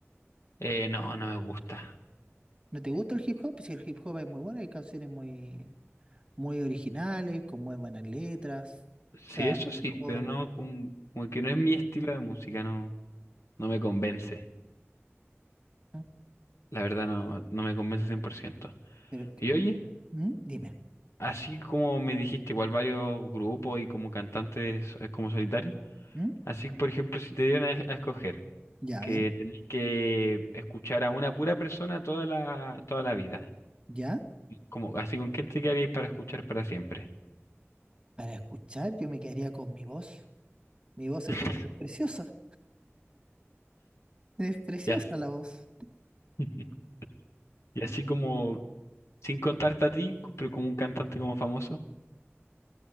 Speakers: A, on the left; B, on the right.
A: eh, no, no me gusta.
B: ¿No te gusta el hip hop? Si el hip hop es muy bueno, hay canciones muy, muy originales, con muy buenas letras. O
A: Sí,
B: sea,
A: eso
B: a lo
A: sí,
B: mejor,
A: pero no, como, como que no es mi estilo de música, no, no me convence.
B: ¿Mm?
A: La verdad no, no me convence cien por ciento
B: pero,
A: Y oye,
B: ¿Mm? Dime,
A: así como me dijiste, igual varios grupos y como cantantes eh, como solitario,
B: ¿Mm?
A: así por ejemplo, si te dieran a, a escoger
B: Ya,
A: que
B: a ver,
A: tenés que escuchar a una pura persona toda la, toda la vida,
B: ya.
A: como, así con quién te quedarías para escuchar para siempre.
B: Para escuchar, yo me quedaría con mi voz. Mi voz
A: <laughs>
B: encuentro que es preciosa. Es preciosa
A: Ya sé.
B: la voz.
A: <laughs> Y así como, sin contarte a ti, pero como un cantante como famoso.